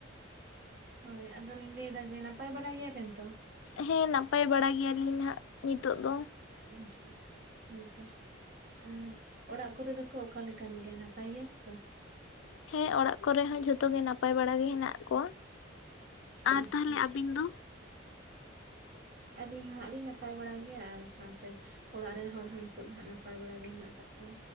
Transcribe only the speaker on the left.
ᱦᱮᱸ, ᱱᱟᱯᱟᱭ ᱵᱟᱲᱟ ᱜᱮᱭᱟᱞᱤᱧ ᱱᱟᱸᱜ ᱱᱤᱛᱚᱜ ᱫᱚ᱾
ᱦᱮᱸ ᱚᱲᱟᱜ ᱠᱚᱨᱮ ᱦᱚᱸ ᱡᱷᱚᱛᱚ ᱜᱮ ᱱᱟᱯᱟᱭ ᱵᱟᱲᱟ ᱜᱮ ᱦᱮᱱᱟᱜ ᱠᱚᱣᱟ
ᱟᱨ
ᱛᱟᱦᱞᱮ
ᱟᱵᱤᱱ ᱫᱚ?